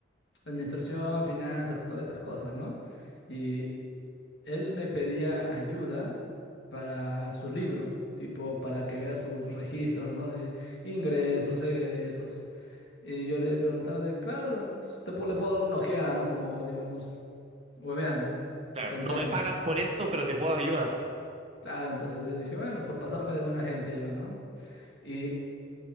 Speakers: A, on the left; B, on the right.
A: administración, finanzas, todas esas cosas, ¿no? Y él me pedía ayuda para su libro, tipo para que vea sus registros, ¿no? De ingresos, egresos. Y yo le preguntaba de, claro, pues, te, pu- le puedo dar una ojeada, ¿no? Como, digamos, hueveando,
B: Claro,
A: tonteando.
B: no me pagas por esto, pero te puedo ayudar.
A: Claro, entonces yo dije, bueno, por pasarme de buena gente yo, ¿no? Y